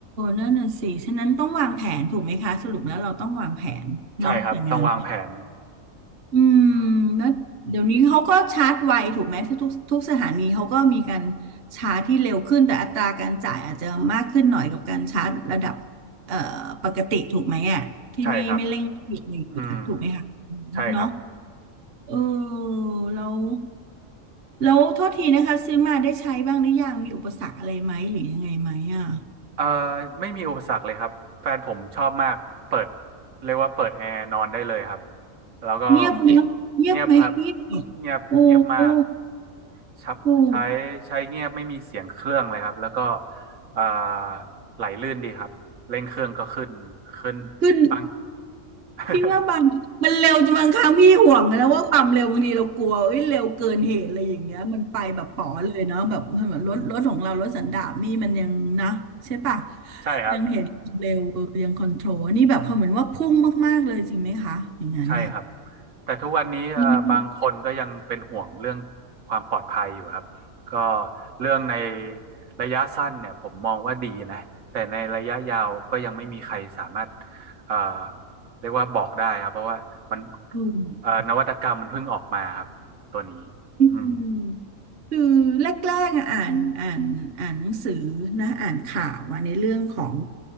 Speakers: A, on the right (about 50°); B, on the right (about 80°).
A: นั่นน่ะสิฉะนั้นต้องวางแผนถูกไหมคะสรุปแล้วเราต้องวางแผนเนาะอย่างนั้น
B: ใช่ครับต้องวางแผน
A: อืม
B: อืม
A: แล้วเดี๋ยวนี้เขาก็ชาร์จไวถูกไหมทุกทุกสถานีเขาก็มีการชาร์จที่เร็วขึ้นแต่อัตราการจ่ายอาจจะมากขึ้นหน่อยกับการชาร์จระดับเอ่อปกติถูกไหมอ่ะที่ไม่ไม่เร่งรีบอะไรอย่างเงี้ยถูกไหมคะ
B: ใช่ครับอืมใช่ครับ
A: เนาะเออแล้วแล้วโทษทีนะคะซื้อมาได้ใช้บ้างหรือยังมีอุปสรรคอะไรไหมหรือยังไงไหมอ่ะ
B: เอ่อไม่มีอุปสรรคเลยครับแฟนผมชอบมากเปิดเรียกว่าเปิดแอร์นอนได้เลยครับแล้วก็
A: เงียบไหมเงียบไหมเงียบเหรอโอ้โอ้
B: เงียบครับเงียบเงียบมากชับใช้ใช้เงียบไม่มีเสียงเครื่องเลยครับแล้วก็
A: โอ้
B: เอ่อไหลลื่นดีครับเร่งเครื่องก็ขึ้นขึ้น
A: ขึ้น
B: บาง <laughs>
A: พี่ว่าบางมันเร็วจนบางครั้งพี่ห่วงนะว่าความเร็วบางทีเรากลัวเอ้ยเร็วเกินเหตุอะไรอย่างเงี้ยมันไปแบบป๋อเลยเนาะแบบเหมือนรถรถของเรารถสันดาปนี่มันยังนะใช่ปะ
B: ใช่ครับ
A: ยังเห็นเร็วเออยังคอนโทรลอันนี่แบบเขาเหมือนว่าพุ่งมากๆเลยจริงไหมคะอย่างนั้นน่ะ
B: ใช่ครับแต่ทุกวันนี้เอ่อบางคนก็ยังเป็นห่วงเรื่อง
A: อืม
B: ความปลอดภัยอยู่ครับก็เรื่องในระยะสั้นเนี่ยผมมองว่าดีนะแต่ในระยะยาวก็ยังไม่มีใครสามารถเอ่อเรียกว่าบอกได้ครับเพราะว่ามัน
A: อ
B: เอ่อนวัตกรรมมันเพิ่งออกมาครับตัวนี้อืม
A: ืม คือแรกๆอะอ่านอ่านอ่านหนังสือนะอ่านข่าวอะในเรื่องของ